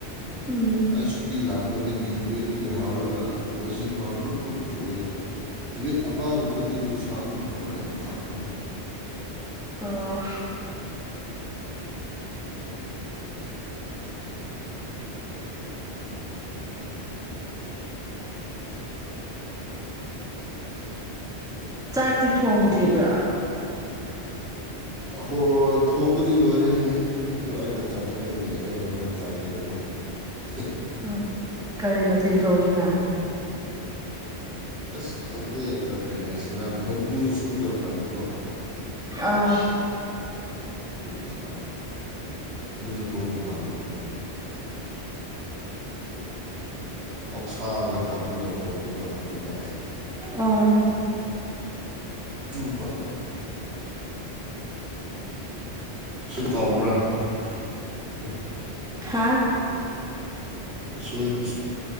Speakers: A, in the centre; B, on the right.
A: ꯎꯝ
B: ꯑꯩꯁꯨꯇꯤ ꯂꯥꯛꯒ ꯑꯩꯈꯣꯏꯗꯒꯤ ꯅꯨꯃꯗꯒꯤ ꯍꯥꯎꯔꯒ ꯉꯁꯤ ꯐꯥꯎꯕ ꯑꯗꯨꯝ ꯅꯣꯡꯆꯣꯛꯑꯦ ꯅꯨꯃꯤꯠ ꯑꯃꯒꯨꯝꯕꯗꯤ ꯅꯨꯡꯁꯥꯃꯨꯛ ꯊꯣꯛꯑꯦ ꯑꯗꯨ ꯈꯥꯛꯇꯅꯤ
A: ꯑꯣ ꯆꯥꯛꯇꯤ ꯊꯣꯡꯗ꯭ꯔꯤꯕ꯭ꯔꯥ
B: ꯂꯩꯇ꯭ꯔꯤ ꯍꯣꯏ ꯊꯣꯡꯕꯗꯤ ꯂꯣꯏꯔꯦꯍ ꯑꯗꯨꯗ ꯑꯩꯅ ꯆꯥꯅꯤꯡꯗꯕꯒꯤ ꯑꯩꯅ ꯍꯣꯔꯦꯟ ꯆꯥꯉꯤꯅꯀꯣ ꯍ
A: ꯎ ꯀꯔꯤ ꯃꯊꯤꯟ ꯊꯣꯡꯉꯤꯅꯣ
B: ꯑꯁ ꯈꯪꯗꯦ ꯀꯔꯤ ꯍꯥꯏꯁꯤꯔꯥ ꯕꯦꯝꯕꯨ ꯁꯨꯠꯇꯣ ꯈꯪꯉꯤꯀꯣ
A: ꯑꯥ
B: ꯆ ꯑꯗꯨꯗ ꯊꯣꯛꯑꯕ ꯃꯥꯜꯂꯦꯕꯣꯏ ꯑꯣꯛꯁꯥꯒ ꯍꯥꯞ꯭ꯔꯒ ꯊꯣꯡꯕꯗꯣ ꯈꯪꯒꯤꯗ
A: ꯑꯣ
B: ꯇꯨ ꯃꯥꯜ ꯁꯤ ꯀꯥꯎꯕ꯭ꯔꯥ ꯑꯣ
A: ꯍꯥꯥ
B: ꯁꯣꯏ